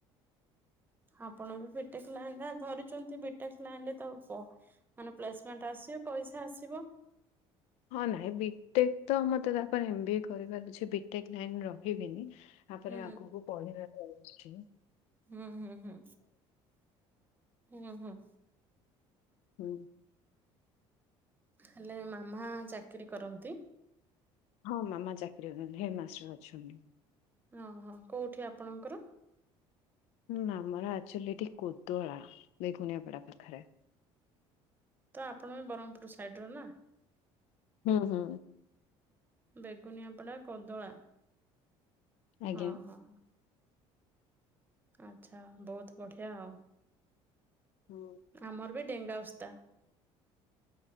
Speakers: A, on the right; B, on the left.
A: ଆପଣ ବି ଭିଟେକ୍ ଲାଇନ ଧରିଛନ୍ତି ବିଟେକ୍ ଲାଇନ୍ ତ କୁହ ମାନେ ପ୍ଲେସମେଣ୍ଟ ଆସିବ ପଇସା ଆସିବ
B: ହଁ ନାଇଁ ବିଟେକ୍ ତ ମତେ ତାପରେ ଏମ ବି ଏ କରିପାରୁଛି ବିଟେକ୍ ଲାଇନ ରହିବିନି। ତାପରେ
A: ହୁଁ
B: ଆଗକୁ ପଢିବା ଯାଉଛି
A: ହୁଁ ହୁଁ ହୁଁ ହୁଁ ହୁଁ।
B: ହୁଁ।
A: ହେଲେ ମାମା ଚାକିରୀ କରନ୍ତି।
B: ହଁ ମାମା ଚାକିରି ହେଡ ମାଷ୍ଟର ଅଛନ୍ତି।
A: ଓହୋ କୋଉଠି ଆପଣଙ୍କର
B: ନା ଆମର ଆଚୁଆଲି ଏଠି କୋଦଳା ବେଗୁନଆପଡା ପାଖରେ
A: ତ ଆପଣ ବି ବ୍ରହ୍ମପୁର ସାଇଟିର ନା?
B: ହୁଁ ହୁଁ।
A: ବେଗୁନିଆପଡ଼ା କଦଳା
B: ଆଜ୍ଞା।
A: ହଁ ହଁ। ଆଛା ବହୁତ ବଢିଆ ଆଉ।
B: ହୁଁ।
A: ଆମର ବି ଡେଙ୍ଗା ଅଓସ୍ତା